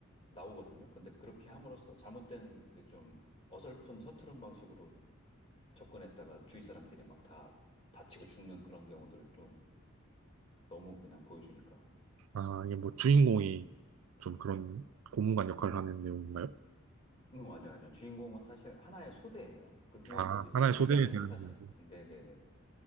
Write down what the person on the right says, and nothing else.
아, 이게 뭐 주인공이 좀 그런 고문관 역할을 하는 내용인가요?
아,
하나의
소대에 대한
이야기.